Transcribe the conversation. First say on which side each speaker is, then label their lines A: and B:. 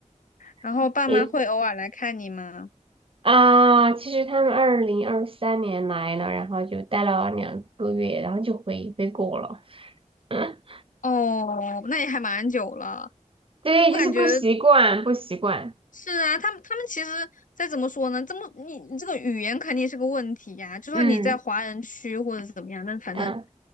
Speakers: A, on the left; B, on the right.
A: 然后爸妈会偶尔来看你吗？
B: <laughs> 也啊，其实他们二零二三年来了，然后就待了两个月，然后就回回国了。<laughs>
A: 哦，那也还蛮久了。
B: 对，
A: 我感觉
B: 就是不习惯，不习惯。
A: 是啊，他们他们其实再怎么说呢，这么你你这个语言肯定是个问题呀、就算你在华人区或者怎么样，
B: 嗯
A: 但反正
B: 嗯，